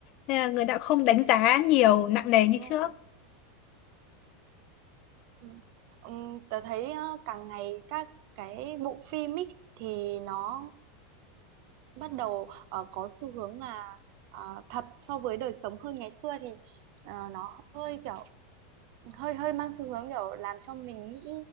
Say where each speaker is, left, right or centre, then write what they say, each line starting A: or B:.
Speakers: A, on the left; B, on the right.
A: nên là người ta không đánh giá nhiều nặng nề
B: đúng
A: như
B: rồi
A: trước
B: Ừ. Ừm, tớ thấy ờ, càng ngày các cái bộ phim ý, thì nó bắt đầu ờ, có xu hướng là ờ, thật so với đời sống hơn ngày xưa thì ờ, nó hơi kiểu hơi hơi mang xu hướng kiểu làm cho mình nghĩ